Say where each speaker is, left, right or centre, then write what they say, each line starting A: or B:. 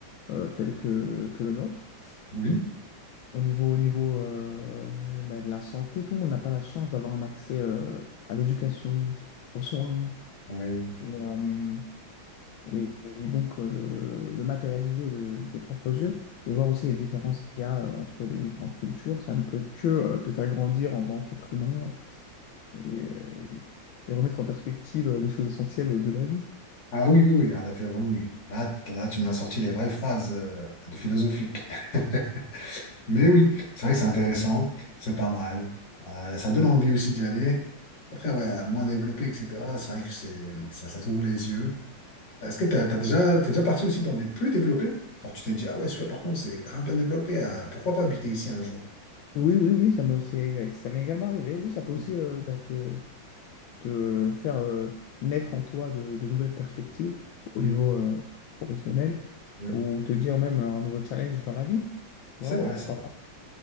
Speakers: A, on the left; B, on the left.
A: euh, tel que, que le nôtre.
B: Oui.
A: Au niveau, au niveau euh, ben, de la santé, tout le monde n'a pas la chance d'avoir un accès euh, à l'éducation, aux soins.
B: Oui.
A: Et, euh, et, et donc, euh, le, le matérialiser de, tes propres yeux et voir aussi les différences qu'il y a euh, entre les différentes cultures, ça ne peut que euh, te faire grandir en tant qu'être humain et, euh, et remettre en perspective euh, les choses essentielles de la vie.
B: Ah oui, oui, oui, à l'intérieur, oui, oui. Là, là, tu m'as sorti les vraies phrases euh, de philosophiques. <laughs> Mais oui, c'est vrai que c'est intéressant, c'est pas mal. Euh, ça donne envie aussi d'y aller. Après, ouais, moins développé, etc. C'est vrai que c'est, ça, ça t'ouvre les yeux. Est-ce que t'as, t'as déjà, t'es déjà parti aussi dans des plus développés? Genre, tu t'es dit, ah ouais, celui-là, par contre, c'est grave bien développé. euh, pourquoi pas habiter ici un jour?
A: Oui, oui, oui, ça m'est aussi, ça m'est également arrivé. Oui, ça peut
B: Oui,
A: aussi euh, bah, te, te faire euh, naître en toi de, de nouvelles perspectives au
B: oui.
A: niveau euh, professionnel
B: oui.
A: ou te dire même un nouveau challenge dans la vie. Voilà,
B: C'est vrai,
A: pourquoi
B: c'est vrai.
A: pas?